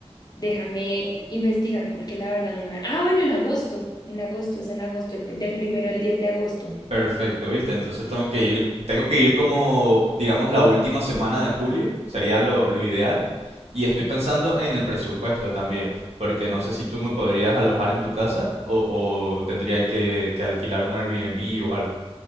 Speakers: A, on the left; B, on the right.
A: déjame investigar porque la verdad no me... Ah, bueno, en agosto, en agosto, es en agosto, el pr- del primero al 10 de agosto.
B: Perfecto, ¿viste? Entonces tengo que ir, tengo que ir como, digamos, la última semana de julio, sería lo, lo ideal. Y estoy pensando en el presupuesto también, porque no sé si tú me podrías alojar en tu casa o, o tendría que, que alquilar un Airbnb o algo.